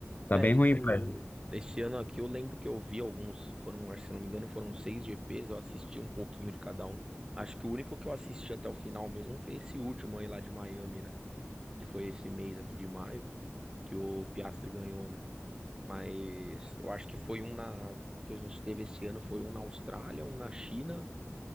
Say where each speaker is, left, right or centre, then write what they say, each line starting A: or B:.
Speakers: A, on the left (about 35°); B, on the right (about 15°).
A: tá
B: É,
A: bem
B: esse,
A: ruim pra ele.
B: esse ano aqui eu lembro que eu vi alguns, foram, acho que se eu não me engano, foram seis GPs, eu assisti um pouquinho de cada um. Acho que o único que eu assisti até o final mesmo foi esse último aí lá de Miami, né? Que foi esse mês aqui de maio, que o Piastri ganhou, né? Mas eu acho que foi um na, que a gente teve esse ano, foi um na Austrália, um na China,